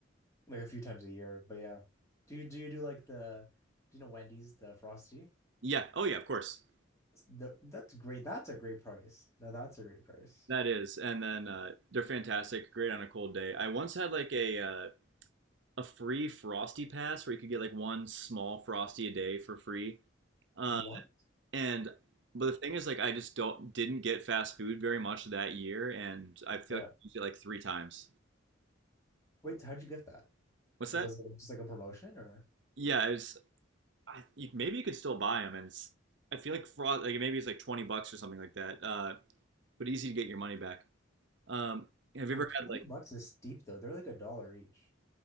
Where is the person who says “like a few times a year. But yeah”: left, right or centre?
Left